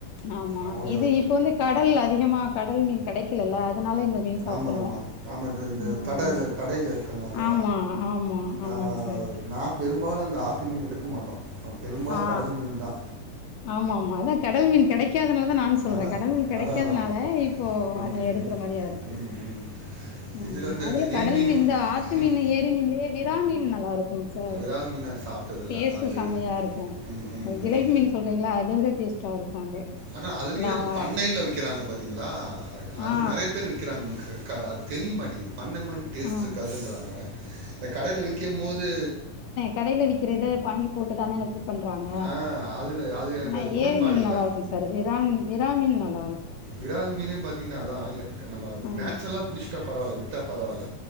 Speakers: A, on the left; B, on the right.
A: ஆமா.
B: நமக்கு
A: இது
B: அது
A: இப்ப வந்து கடல் அதிகமா கடல் மீன் கெடைக்கலல்ல அதுனால இந்த மீன் சாப்பிடுறோம்.
B: ஆமாமா ஆமா இப்ப இந்த
A: ம்.
B: த டைல தடைல இருக்கனால
A: ஆமா, ஆமா,
B: நா
A: ஆமாங்க சார்.
B: நா பெரும்பாலு அந்த ஆத்து மீன் எடுக்க மாட்டோ பெரும்பாலு
A: ஆ.
B: கடல் மீன் தா
A: ஆமாமா அதா கடல் மீன் கெடைக்காதனாலதா நானு சொல்றே
B: அதான்
A: கடல் மீன் கெடைக்காதனால
B: அதான் அதான்
A: இப் போ
B: ம்
A: அது எடுக்குற
B: ம்
A: மாரியா இருக்கு
B: ம் ம்
A: ம்
B: இதில் வந்து
A: அதுல
B: இந்த நெய்
A: கடல் மீன் இந்த ஆத்து
B: ம்
A: மீனு ஏரி மீன்லயே விறா மீன் நல்லாருக் கும்‌ சார்
B: விரால் மீன் நான் சாப்பிட்டதில்ல
A: டேஸ்ட்டு
B: அது
A: சம்மயா இருக்கு
B: ம் ம்
A: அ‌ ஜிலேபி
B: ம்
A: மீன் சொல்றீங்ள அத விட டேஸ்ட்டா இருக்கு அது
B: ஆனா அதுலயே
A: நான்
B: இந்த பண்ணைல விக்கிறாங்க பாத்தீங்களா அது
A: ஆ.
B: நெறைய பேர் வி க்கிறாங்க <unintelligible> க அது தெரிய மாட்டெக்கிது பண்ணமன் டேஸ்ட்ருக்காதுன்றாங்க
A: ஆ.
B: இந்த கடைல விக்கும்மோது
A: கடைல விக்கிறது வாங்கி போட்டு தானே எனக்கு பண்றாங்க
B: ஆ அதுல அது எனக்கு
A: ஆனா
B: அது உடன்பாடு
A: ஏரி மீன்
B: இல்ல.
A: நல்லாருக்கு சார் விறாம் விறாமின் நல்லாருக்
B: விறால் மீனே பாத்தீங்கனா அதா நம்ம
A: ஆ
B: நேச்சுரலா புடிச்சுட்டா பரவால்ல வித்தா பரவால்ல